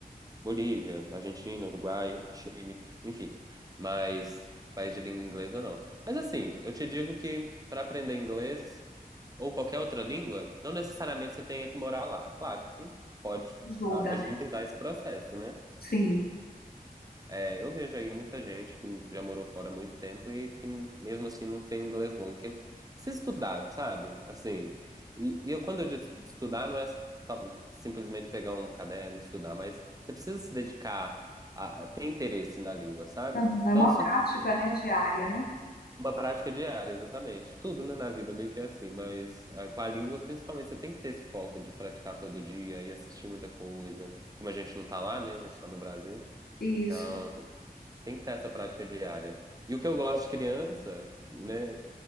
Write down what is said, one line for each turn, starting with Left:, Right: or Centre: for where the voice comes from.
Right: Bolívia, Argentina, Uruguai, Chile, enfim. Mas país de língua inglesa não. Mas assim, eu te digo que para aprender inglês ou qualquer outra língua, não necessariamente você tenha que morar lá. Claro que pode
Left: ajuda,
Right: ah, agilizar
Left: né?
Right: esse processo, né?
Left: Sim.
Right: É, eu vejo aí muita gente que já morou fora há muito tempo e que mesmo assim não tem inglês bom, que precisa estudar, sabe? Assim, e, e eu, quando eu digo estudar, não é tá, simplesmente pegar um caderno e estudar, mas você precisa se dedicar a, a ter interesse na língua, sabe?
Left: Aham,
Right: Então,
Left: É uma
Right: se
Left: prática,
Right: você
Left: né, diária, né?
Right: uma prática diária, exatamente. Tudo, né, na vida meio que é assim, mas ah, com a língua, principalmente, você tem que ter esse foco de praticar todo dia e assistir muita coisa, como a gente não tá lá, né? A gente tá no Brasil.
Left: Isso.
Right: então tem que ter essa prática diária. E o que eu gosto de criança, né,